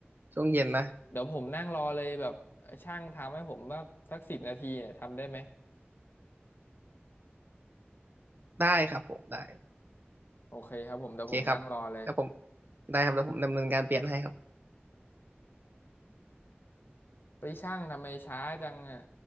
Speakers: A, on the right (about 50°); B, on the left (about 60°).
A: ช่วงเย็นนะ
B: เดี๋ยวผมนั่งรอเลยแบบช่างทำให้ผมว่าสักสิบนาทีเนี่ยทำได้ไหม
A: ได้ครับผมได้
B: โอเคครับผมเดี๋ยวผมนั่งรอเลย
A: โอเคครับแล้วผมได้ครับแล้วผมดำเนินการเปลี่ยนให้ครับ
B: ไปช่างทำไมช้าจังอ่ะ